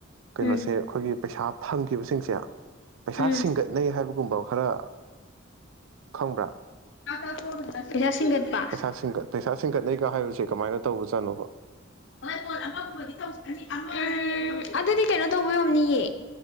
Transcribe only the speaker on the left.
ꯎꯝ
ꯎꯝ
<unintelligible> ꯄꯩꯁꯥ ꯁꯤꯡꯒꯠꯄ
ꯍꯣꯏ ꯄꯣꯠ ꯑꯃ ꯇꯧ <unintelligible> ꯑꯗꯨꯗꯤ ꯀꯩꯅꯣ ꯇꯧꯕꯩ ꯑꯣꯏꯔꯝꯅꯤꯌꯦ